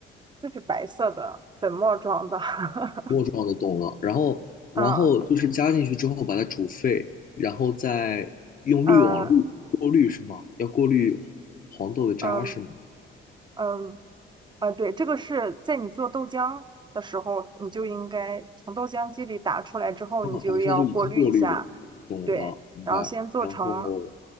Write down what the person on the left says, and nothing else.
状的懂了，然后然后就是加进去之后把它煮沸，
然后再用滤网滤过滤是吗？
要过滤黄豆的渣是吗？
哦，
打出来就已经过滤了，懂了，
明白。
然后